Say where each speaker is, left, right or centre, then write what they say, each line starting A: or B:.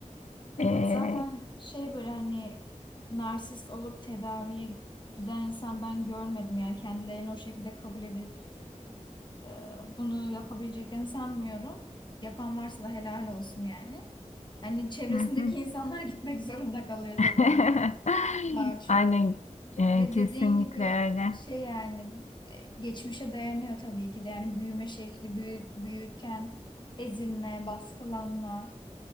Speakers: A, on the left; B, on the left.
A: Evet
B: Ee,
A: zaten şey böyle hani narsist olup tedaviye giden insan ben görmedim yani kendilerini o şekilde kabul edip Ee, bunu yapabileceklerini sanmıyorum. Yapan varsa da helal olsun yani. Hani çevresindeki
B: hı hı.
A: insanlar <laughs> gitmek zorunda kalıyor
B: <laughs>
A: tedaviye daha çok.
B: Aynen, ee,
A: Ve
B: kesinlikle
A: dediğin gibi
B: öyle.
A: şey yani e, geçmişe dayanıyor tabii ki de yani büyüme şekli büyü, büyürken ezilme, baskılanma.